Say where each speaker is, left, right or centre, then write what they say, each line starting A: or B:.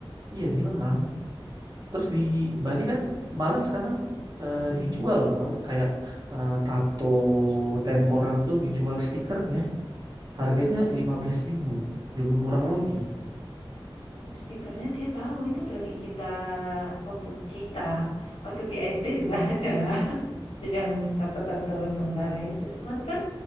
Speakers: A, on the right (about 45°); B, on the left (about 75°).
A: iya di lengan terus di Bali kan malah sekarang eh,
B: Mm-mm.
A: dijual tau kayak eh, tato temporer tuh dijual stikernya Harganya 15.000, lebih murah lagi.
B: Kalau Stikernya dia tahu itu dari kita waktu kita waktu di SD juga <laughs> ada yang tato-tato sementara itu. Cuman kan